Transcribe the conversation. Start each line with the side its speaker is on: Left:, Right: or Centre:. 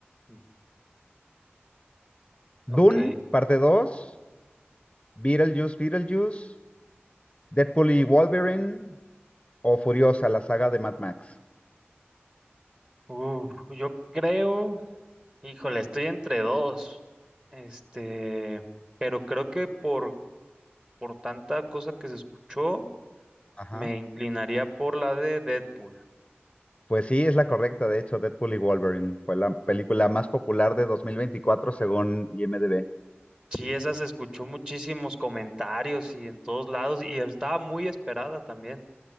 Right: Mm, Ok.
Left: Dune, parte 2, Beetlejuice, Beetlejuice, Deadpool y Wolverine o Furiosa, la saga de Mad Max.
Right: Uf, yo creo. Híjole, estoy entre dos. Este, pero creo que por, por tanta cosa que se escuchó,
Left: Ajá.
Right: me inclinaría por la de Deadpool.
Left: Pues sí, es la correcta, de hecho, Deadpool y Wolverine fue la película más popular de 2024 según IMDb.
Right: Sí, esa se escuchó muchísimos comentarios y en todos lados, y estaba muy esperada también.